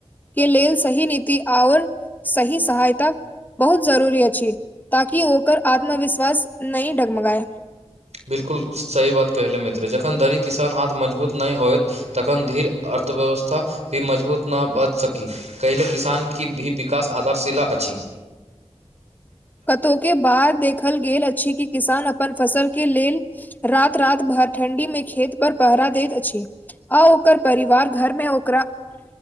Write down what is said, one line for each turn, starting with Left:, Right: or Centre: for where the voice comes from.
Left: के लेल सही नीति आओर सही सहायता बहुत जरूरी अछि ताकि ओ ओकर आत्मविश्वास नै डगमगाय
Right: बिल्कुल सही बात कहले मित्र जखन धरी किसान हाथ मजबूत नहि होइत तखन धीर अर्थव्यवस्था भी मजबूत न बच सकी कयले किसान की भी विकास आधारशिला अछि <inaudible>
Left: कतहु के बाद देखल गेल अछि कि किसान अपन फसल के लेल रात रात भर ठण्डी में खेत पर पहरा देैत अछि आ ओकर परिवार घरमे ओकरा